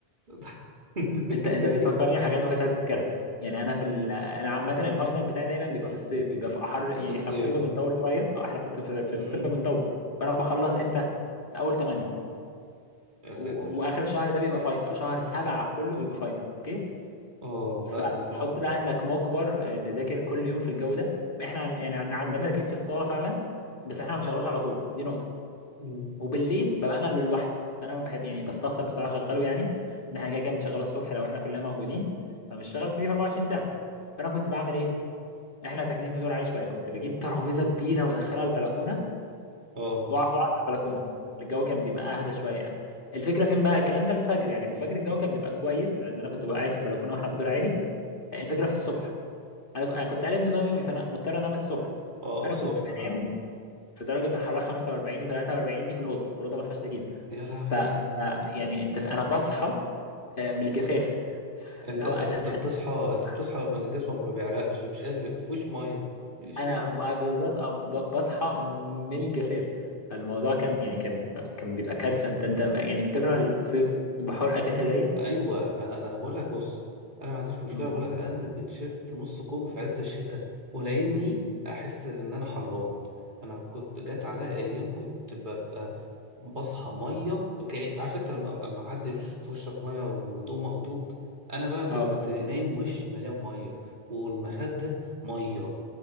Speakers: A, on the right; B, on the left.
A: <laughs> في
B: انت انت بتفكرني بحاجات ما كنتش عايز افتكرها يعني انا في ال- انا عامه الفاينل بتاعي دايما بيبقى في الصيف بيبقى في حر يعني
A: الصيف
B: احنا في طب بنطول شويه او احنا في في, في
A: امم
B: في طب بنطول فانا بخلص امتى في اول 8
A: يا
B: و-
A: ساتر
B: واخر شهر ده بيبقى فاينل او شهر 7 كله بيبقى فاينل اوكي
A: اه
B: فحط
A: لا ده صعب
B: بقى انك مجبر آه، تذاكر كل يوم في الجو ده ما احنا عن يعني عن- عندنا تكييف في الصاله فعلا بس احنا ما بنشغلوش على طول دي نقطه
A: مم.
B: وبالليل ببقى انا اللي لوحدي فانا ما بحب يعني بستخسر بصراحه اشغله يعني ان احنا كده كده بنشغله الصبح لو احنا كلنا موجودين فمش شغال التكييف 24 ساعه فانا كنت بعمل ايه احنا ساكنين في دور عالي شويه كنت بجيب ترابيزه كبيره وادخلها البلكونه
A: اه
B: وأ- واقعد في البلكونه الجو كان بيبقى اهدى شويه يعني الفكره فين بقى الكلام ده الفجر يعني في الفجر الجو كان بيبقى كويس لان انا كنت ببقى قاعد في البلكونه واحنا في دور عالي الفكره في الصبح انا ك- أنا كنت قالب نظام يومي فانا مضطر انام الصبح
A: اه
B: فانا
A: الصبح
B: كنت بنام
A: بقى
B: في درجه الحراره 45 و43 دي في الاوضه الاوضه ما فيهاش تكييف
A: يا لهوي
B: ف ف- يعني انت ف... انا بصحى آه، من الجفاف
A: انت
B: اللي
A: انت
B: هو انا
A: أنت بتصحى انت
B: <laughs>
A: بتصحى ما- جسمك ما بيعرقش مش قادر ما فيهوش ميه مفيش
B: انا
A: ميه
B: ب- بالظبط آه، ب- بصحى من الجفاف فالموضوع كان يعني كان بيبقى- كان بيبقى كارثه انت انت يعني بتكره الصيف بحرقه كده زي
A: ايوه انا انا بقول لك بص انا ما عنديش مشكله
B: مم.
A: بقول لك انزل بتيشيرت نص كم في عز الشتاء ولا اني
B: مم.
A: احس ان انا حران انا كنت جات عليا ايام كنت ببقى بصحى ميه اوكي عارف انت لما لما حد يرش في وشك ميه وتقوم مخضوض انا بقى كنت
B: اه بالظبط
A: نايم وشي مليان ميه والمخاد ده ميه